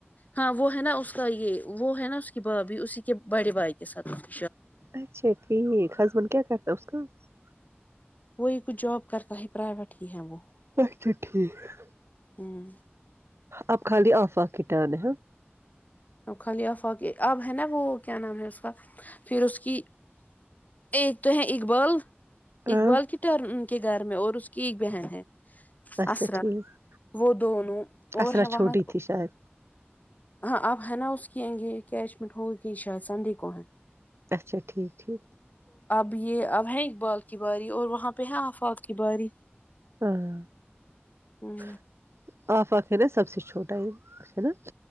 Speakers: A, on the left (about 40°); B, on the right (about 80°).
A: ہاں وہ ہے نا اس کا یہ وہ ہے نا اس کی بھابھی اسی کے کہہ بڑے بائے کے سات <unintelligible>
B: اچھا ٹھیک ہضمون کیا کرتا اس کا <unintelligible>
A: وہی کچھ جاب کرتا ہے پرائیویٹ ہی ہے وہ
B: اچا ٹھیک <unintelligible>
A: ہوں <unintelligible>
B: آپ خالی آف آ کیٹ نے
A: خال افاق اب ہے نا وہ کیا نام ہے اس کا پھر اس کی <unintelligible> ایک تو ہے اقبال اقبال
B: ہاں
A: کی طر کے گھر میں اور اس کی ایک بہن ہے
B: اچھا
A: اسرا
B: ٹھیک
A: وہ دونوں اور
B: اسرا
A: ہے وہاں
B: چھوٹی تھی شاید
A: ہاں آ ہے نا اس کی آئ گے کیچ مٹ ہوگی کہ شاید سنڈے کو ہے
B: اچھا ٹھیک ٹھیک
A: ا یہ اب ہے اقبال کی باری اور وہاں پہ ہے آفاق کی باری
B: ہاں
A: ہوں
B: <unintelligible> آفق ہے نا سب سے چھوٹا ہے ہے نا